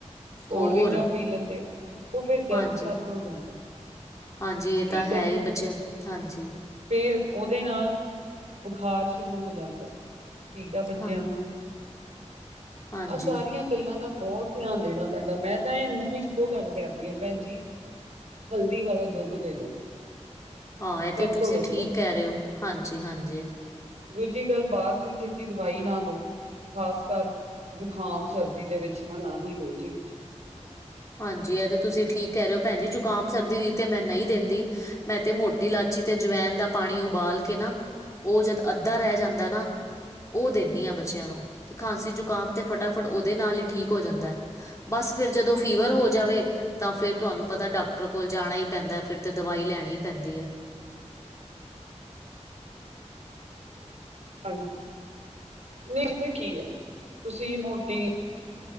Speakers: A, on the right; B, on the left.
A: ਕੋਲਡ
B: ਹੋਰ
A: ਡਰਿੰਕਾਂ ਪੀ ਲੈਂਦੇ, ਔਹ ਫੇਰ ਗਰਮ
B: ਹਾਂਜੀ
A: ਸਰਦ ਹੋ ਜਾਂਦਾ,
B: ਹਾਂਜੀ ਇਹ
A: ਠੀਕ
B: ਤਾਂ ਹੈ
A: ਆ ਜੀ।
B: ਹੀ ਬੱਚਿਆਂ ਹਾਂਜੀ
A: ਫੇਰ ਉਹਦੇ ਨਾਲ ਬੁਖਾਰ ਸ਼ੁਰੂ ਹੋ ਜਾਂਦਾ। ਟੀਕਾ ਬੱਚਿਆਂ
B: ਹਾਂ
A: ਨੂੰ
B: ਹਾਂਜੀ
A: ਆਹ ਸਾਰੀਆਂ ਗੱਲਾਂ ਦਾ ਬਹੁਤ ਧਿਆਨ ਦੇਣਾ ਪੈਂਦਾ, ਮੈਂ ਤਾਂ ਇਹਨਾਂ ਨੂੰ ਇੱਕੋ ਗੱਲ ਕਰਦੀ ਹਾਂ ਭੈਣ ਜ ਜੀ ਹਲਦੀ ਵਾਲਾ ਦੁੱਧ ਦੇ ਦੋ।
B: ਹਾਂ ਇਹ
A: ਸਭ
B: ਤੇ ਤੁਸੀਂ
A: ਤੋਂ ਵਧੀਆ
B: ਠੀਕ ਕਹਿ ਰਹੇ ਹੋ ਹਾਂਜੀ, ਹਾਂਜੀ।
A: ਦੂਜੀ ਗੱਲ ਬਾਹਰ ਦੀ ਛੇਤੀ ਦਵਾਈ ਨਾ ਦੋ‌। ਖ਼ਾਸ ਕਰ ਜ਼ੁਕਾਮ ਸਰਦੀ ਦੇ ਵਿੱਚ ਤਾਂ ਨਾ ਹੀ ਦਿਉ ਜੀ।
B: ਹਾਂਜੀ ਆ ਤੇ ਤੁਸੀਂ ਠੀਕ ਕਹਿ ਰਹੇ ਹੋ, ਭੈਣ ਜੀ ਜੁਕਾਮ ਸਰਦੀ ਦੀ ਤੇ ਮੈਂ ਨਹੀਂ ਦਿੰਦੀ। ਮੈਂ ਤੇ ਮੋਟੀ ਲਾਚੀ ਤੇ ਜਵੈਨ ਦਾ ਪਾਣੀ ਉਬਾਲ ਕੇ ਨਾ ਉਹ ਜਦ ਅੱਧਾ ਰਹਿ ਜਾਂਦਾ ਨਾ ਉਹ ਦਿੰਦੀ ਆ ਬੱਚਿਆਂ ਨੂੰ, ਤੇ ਖਾਂਸੀ ਜ਼ੁਕਾਮ ਤੇ ਫਟਾਫਟ ਉਹਦੇ ਨਾਲ ਹੀ ਠੀਕ ਹੋ ਜਾਂਦਾ ਐ। ਬਸ ਫਿਰ ਜਦੋਂ ਫੀਵਰ ਹੋ ਜਾਵੇ ਤਾਂ ਫੇਰ ਤੁਹਾਨੂੰ ਪਤਾ ਡਾਕਟਰ ਕੋਲ ਜਾਣਾ ਹੀ ਪੈਂਦਾ, ਫੇਰ ਤੇ ਦਵਾਈ ਲੈਣੀ ਪੈਂਦੀ ਹੈ।
A: ਹਾਂਜੀ, ਨਹੀਂ ਇਹ ਤਾਂ ਕੀ ਆ ਤੁਸੀਂ ਮੋਟੀ